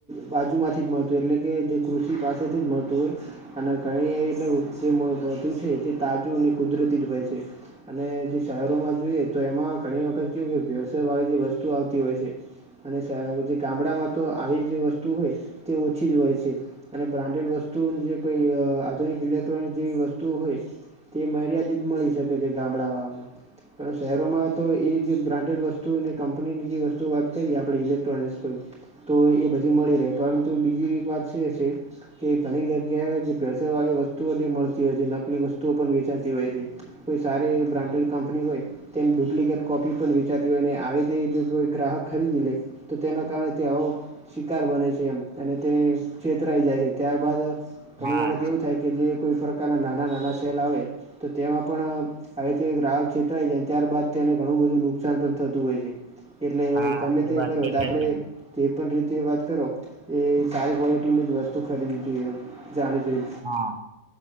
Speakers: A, in the centre; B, on the right.
A: બાજુ માંથી જ મળતુ હોય, એટલે કે જે કૃષિ પાસેથી જ મળતું હોય અને ઘણી એ <unintelligible> બધું છે તે તાજું અને કુદરતી જ હોય છે. અને જે શહેરોમાં જોઈએ, તો એમાં ઘણી વખત કેવું કે ભેળસેળ વાળી જે વસ્તુ આવતી હોય છે. અને શેહ જે ગામડામાં તો આવી જે વસ્તુ હોય તે ઓછી જ હોય છે. અને બ્રાન્ડેડ વસ્તુઓ, જે કોઈ અ આધુનિક ઇલેક્ટ્રોનિક જેવી વસ્તુ હોય તે મર્યાદિત મળી શકે છે, ગામડાવામાં પણ શહેરોમાં તો એ જે બ્રાન્ડેડ વસ્તુઓની ક પની બીજી વસ્તુઓ વાત કરીએ આપણે ઇલેક્ટ્રોનિક્સ કોઈ તો એ બધી મળી રહે, પરંતુ બીજી એક વાત ઈ છે કે ઘણી જગ્યાએ જે ભેળસેળવાળી વસ્તુઓ ભી મળતી હોય છે, નકલી વસ્તુઓ પણ વેચાતી હોય છે. કોઈ સારી એવી બ્રાન્ડેડ કંપની હોય તેની ડુપ્લિકેટ કોપી પણ વેચાતી હોય અને આવી જે જો કોઈ ગ્રાહક ખરીદી લે, તો તેના કારણે તે આવો શિકાર બને છે એમ, અને તે છેતરાઈ જાય છે. ત્યારબાદ ઘણી
B: હા
A: વખત એવું થાય કે જે કોઈ પ્રકારનાં નાના નાના સેલ આવે, તો તેમાં પણ હવે તે ગ્રાહક છેતરાઈ જાય ત્યારબાદ તેને ઘણું બધું નુકસાન પણ થતું હોય છે. એટલે
B: હા
A: ગમે તેવું
B: એ વાત
A: કરો તો
B: છે
A: આપણે
B: તમારી
A: તે પણ રીતે વાત કરો એ સારી કોલિટીની જ વસ્તુ ખરીદવી જોઈએ જાણી જોઈ.
B: હા